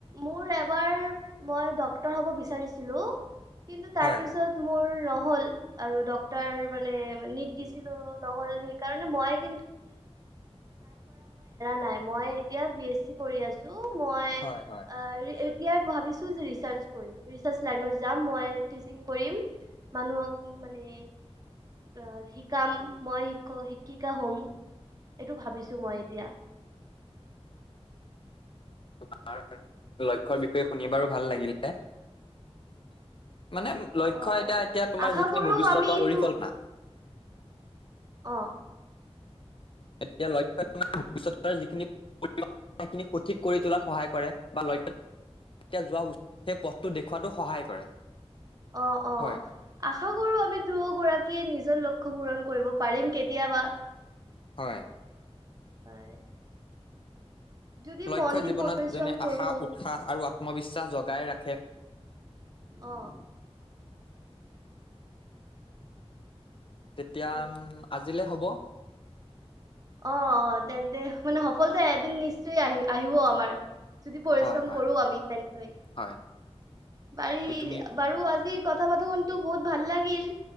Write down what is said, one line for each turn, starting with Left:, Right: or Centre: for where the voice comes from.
Right: মোৰ এবাৰ মই ডক্টৰ হব বিচাৰিছো। কিন্তু তাৰ
Left: হয়
Right: পিছত মোৰ- নহ আৰু ডটৰ মানে নিট দিছিলো নহল সেইকাৰণে মই ম ন মই এতিয়া বি আছো ত মই
Left: হয় হয়
Right: অ এতিয়া ভাবিছো ৰিচাৰ্ছ কৰিম ৰিচাৰ্ছ লাইনত জাম মই টিচিং কৰিম। মানুহক মানে অ শিকাম মই শিক শিকি - শ হ'ম এইটো ভাবিছো মই এতিয়া।
Left: তোমাৰ লক্ষ্যৰ বিষয়ে শুনি বাৰো ভাল লাগিলে। মানে লক্ষ্যয়
Right: অ'।
Left: এতিয়া এতিয়া তোমাৰ
Right: আশা
Left: যিখিনি
Right: কৰো
Left: ভৱিষ্যতৰ
Right: আমি
Left: পৰিকল্পনা।
Right: দু অ
Left: এতিয়া লক্ষ্যই তোমাৰ ভষ্যতৰ যিখিনি - সেই খিনি সঠিক কৰি তোলাত সহায় কৰে বা লক্ষ্যত এতিয়া যোৱাচ সেই পথটো দেখওুৱাতটো সহায় কৰে।
Right: অ অ
Left: হয়
Right: আশা কৰো আমি দু গৰাকীয়ে নিজৰ লক্ষ্য পূৰণ কৰিব পাৰিম কেতিয়াবা।
Left: হয়
Right: হয় যদি
Left: লক্ষ্যয়
Right: মন দি
Left: জীৱনত
Right: পৰিশ্ৰম
Left: যেনে
Right: কৰো
Left: আশা উৎসাহ আৰু আত্মবিশ্বাস জগাই ৰাখে।
Right: অহ
Left: তেতিয়া
Right: ঠিক
Left: আজিলে হব
Right: অ অ তেন্তে মানে সফলতা এদিন নিশ্চয় আহি আহিব আমাৰ যদি পৰিশ্ৰম
Left: হয় হয়
Right: কৰো আমি তেনেক
Left: হয়
Right: বাৰী
Left: তে তুমি
Right: বাৰু আজি ক কথা পাতি কিন্তু বহুত ভাল লাগিল